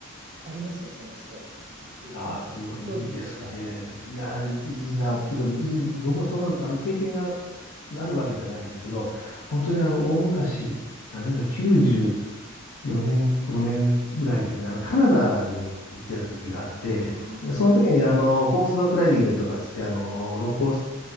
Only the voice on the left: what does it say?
ああ、
すごいいいですね。
いや、いいな。っていうか、いい、
僕もそんな、あの、経験があるわけじゃないんですけど、本当にあの、大昔、何年だ、94年、5年ぐらいの時に、あの、カナダに行ってた時があって、
で、その時にあの、
フォースバックライディングとかつって、あの、六甲